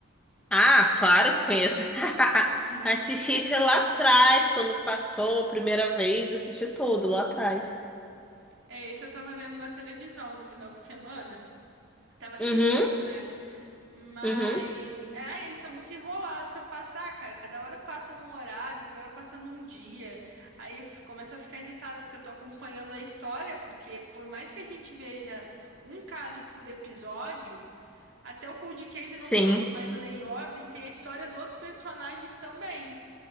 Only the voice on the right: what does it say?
Uhum.
É, esse eu tava vendo na televisão no final de semana. Tava assistindo,
né? Mas,
é, ah, eles são muito enrolados pra passar, cara. Cada hora passa num horário, cada hora passa num dia. Aí f- começa a ficar irritada porque eu tô acompanhando a história, porque por mais que a gente veja um caso por episódio, até o Cold Case não
tanto, mas o Lei e Ordem tem a história dos personagens também.